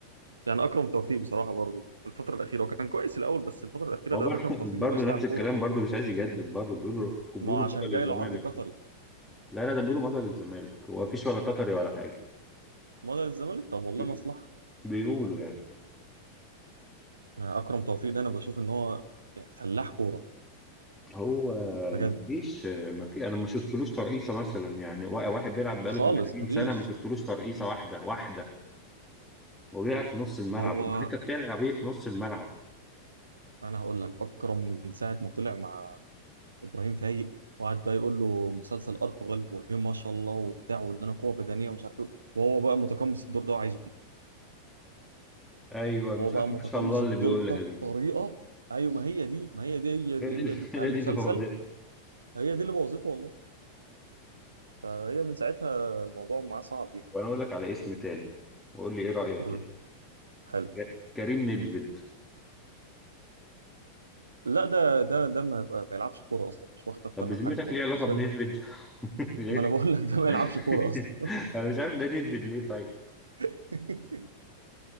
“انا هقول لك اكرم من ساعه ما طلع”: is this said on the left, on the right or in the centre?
Right